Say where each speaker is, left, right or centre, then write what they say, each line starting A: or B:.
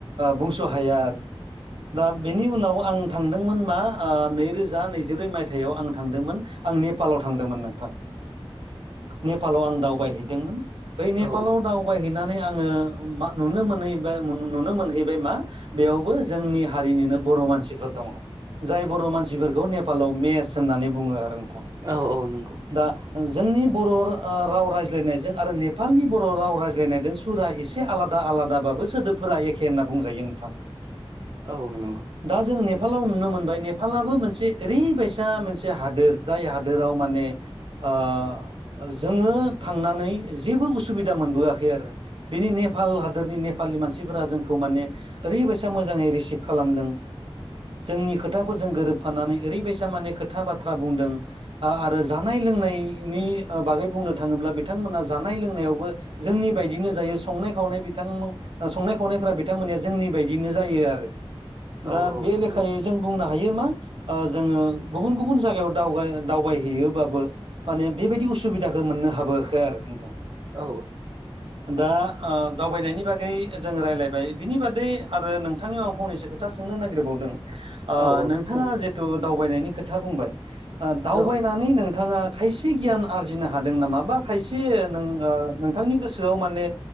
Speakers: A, on the right; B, on the right.
A: बुंस' हाया आरो। दा बेनि उनाव आं थांदोंमोन मा नैरोजा नैजिब्रै मायथाइयाव आं थांदोंमोन। आं नेपालाव थांदों मोन नोंथां। नेपालाव आं दावबाय हैदोंमोन।
B: औ
A: नेफालाव दावबाय हैनानै आङो मा नुनो मोनहै बाय नुनो मोनहै बाय मा बेयावबो जोंनि हारिनिनो बर'। मानसि फोर दङ जाय बर' मानसि फोरखौ नेपालाव मेस होननानै बुङो आरो। नोंथां
B: औ औ नंगौ।
A: दा जोंनि बर' ओ राव रायज्लाय नायजों आरो नेपालनि बर' बर' राव रायज्लाय नायजों सुरा एसे आलादा आलादा बाबो सोदोबफोरा एखे होनना बुंजायो नोंथां।
B: औ नंगौ।
A: दा जों नेपालाव नुनो मोनबाय नेपालाबो मोनसे ओरै बायसा मोनसे हादोर जाय हादोराव माने ओ जोङो थांनानै जेबो उसुबिदा सुबा मोनबोआखै आरो बिनि नेपाल हादोरनि नेपालनि मानसिफोरा जोंखौ माने ओरैबायसा मोजाङै रिसिभ खालामदों। जोंनि खोथाफोरजों गोरोबफानानै ओरैबायसा माने खोथा बाथ्रा बुंदों आरो जानाय लोंनायनि बागै बुंनो थाङोब्ला बिथांमोना जानाय लोंनायावबो। जोंनि बायदिनो जायो संनाय खावनाय बिथांमोन संनाय खावनायफोरा बिथांमोनया जोंनि बायदिनो आरो।
B: औ
A: दा
B: औ
A: बे
B: नंगौ
A: लेखायै जों बुंनो हायो मा। जोङो गुबुन गुबुन जायगायावाव दावबायहैयोबाबो माने बेबायदि उसुबिदाखौ, बेखौ मोननो हाबोआखै आरो नोंथां
B: औ
A: दा ओ दावबायनायनि बागै जोङो रायज्लायबाय बिनि बादै आरो नोंथांनियाव आं फंनैसो खोथा खोथा सोंनो नागिरबावदों
B: औ औ
A: नोंथाङा
B: सोंनो हागोन
A: जिथु दावबायनायनि खोथा बुंबाय। दावबायनानै
B: औ
A: नोंथाङा खायसे गियान आरजिनो हादों नामा बा खायसे नों ओ नोंथांनि गोसो गोसोखां माने